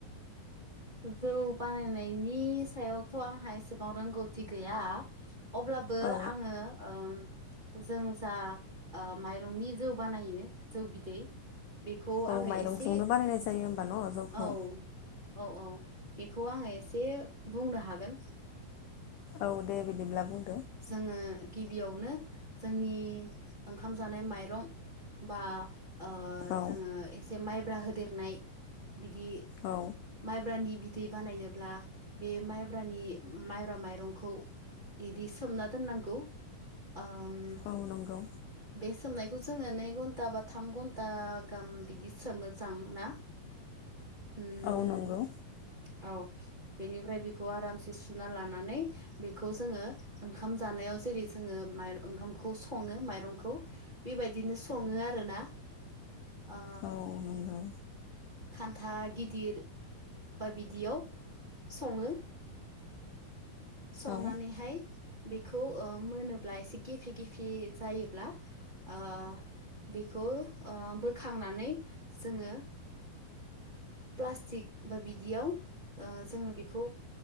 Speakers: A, on the right (about 15°); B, on the left (about 80°).
A: जौ बानायनायनि सायावथ' आंहा एसेबां रोंगौथि गै गैया अब्लाबो
B: औ
A: आङो ओ जों जा ओ माइरंनि जौ बानायो जौ बिदै बेखौ
B: औ
A: आङो
B: माइरंजोंनो
A: एसे
B: बानायनाय जायो होमबा न' जौखौ
A: औ औ औ बेखौ आङो एसे बुंनो हागोन।
B: औ दे बिदिब्ला बुं
A: जोङो गिबियावनो जोंनि ओंखाम जानाय माइरं बा ओ
B: औ
A: जोङो एसे माइब्रा होदेरनाय बिदि
B: औ
A: माइब्रानि बि दै बानायनोब्ला बे माइब्रानि माइब्रा माइरंखौ इदि स सोमना दोननांगौ ओम
B: औ नंगौ
A: बे सोमनाय खौ जोङो नै घन्टा बा थाम घन्टा गाहाम बिदि सोमो जां ना? उम
B: औ नंगौ।
A: औ बेनिफ्राय बेखौ आरामसे सुना लानानै बेखौ जोङो ओंखाम जानायाव जेरै जोङो माइ ओंखामखौ सङो माइरंखौ बेबायदिनो सङो आरो। ना ओ
B: औ नंगौ
A: खान्था गिदिर बा बिदियाव सङो। संनानैहाय
B: औ
A: बेखौ मोनोब्ला एसे गेफि गेफि जायोब्ला ओ बेखौ ओ बोखांनानै जोङो प्लास्टिक बा बिदियाव ओ जोङो बेखौ